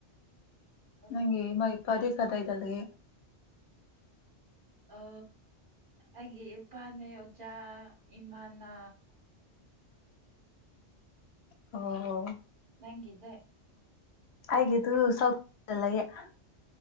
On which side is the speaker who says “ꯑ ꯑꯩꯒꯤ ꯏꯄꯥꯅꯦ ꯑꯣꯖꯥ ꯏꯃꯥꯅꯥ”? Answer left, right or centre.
Right